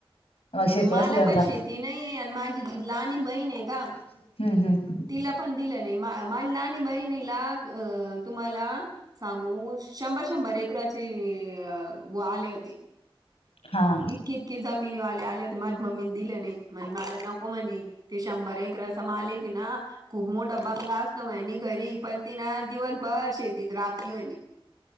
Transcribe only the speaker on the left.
मग शेती
असल्यावर
जा
<unintelligible>
हा.